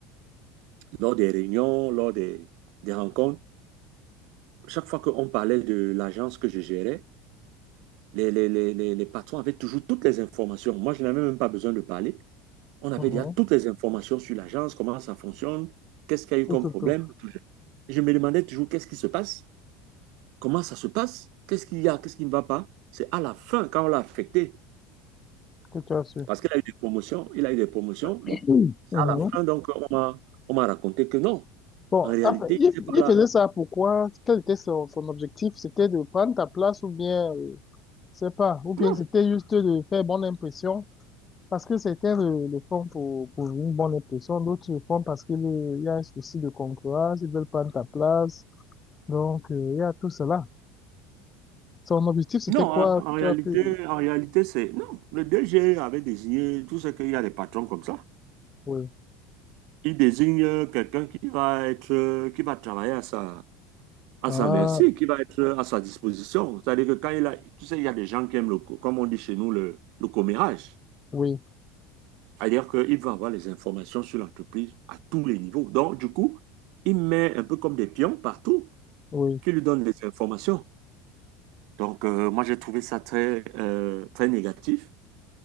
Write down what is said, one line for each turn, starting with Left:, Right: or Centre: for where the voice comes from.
Right: lors des réunions, lors des des rencontres, chaque fois qu'on parlait de l'agence que je gérais, les, les, les, les, les patrons avaient toujours toutes les informations. Moi, je n'avais même pas besoin de parler. On avait
Left: Uhum.
Right: déjà toutes les informations sur l'agence, comment ça fonctionne, qu'est-ce qu'il y a eu
Left: Tout,
Right: comme
Left: tout,
Right: problème.
Left: tout.
Right: Je me demandais toujours qu'est-ce qui se passe, comment ça se passe, qu'est-ce qu'il y a, qu'est-ce qui ne va pas. C'est à la fin, quand on l'a affecté,
Left: Que tu as su.
Right: parce qu'il a eu des promotions, il a eu des promotions.
Left: <clears throat>
Right: Bon, c'est
Left: Uhum.
Right: à la fin, donc, on m'a on m'a raconté que non,
Left: Bon,
Right: en réalité,
Left: après, il,
Right: il n'était
Left: il
Right: pas là.
Left: faisait ça pourquoi? Quel était son, son objectif? C'était de prendre ta place ou bien, euh, je sais pas, ou bien
Right: Non.
Left: c'était juste de faire bonne impression parce que certains le, le font pour, pour une bonne impression, d'autres le font parce qu'il il y a un souci de concurrence, ils veulent prendre ta place. Donc, euh, il y a tout cela. Son objectif, c'était
Right: Non,
Left: quoi?
Right: en, en réalité,
Left: Tu as pu...
Right: en réalité, c'est... Non, le DG avait désigné, tout ce qu'il y a des patrons comme ça.
Left: Oui.
Right: Il désigne euh, quelqu'un qui va être, euh, qui va travailler à sa, à
Left: Ah,
Right: sa merci, qui va être euh, à sa disposition. C'est-à-dire que quand il a, tu sais, il y a des gens qui aiment le, co- comme on dit chez nous, le, le commérage.
Left: oui,
Right: C'est-à-dire qu'il va avoir les informations sur l'entreprise à tous les niveaux. Donc, du coup, il met un peu comme des pions partout
Left: oui,
Right: qui lui donnent les informations. Donc, euh, moi, j'ai trouvé ça très, euh, très négatif.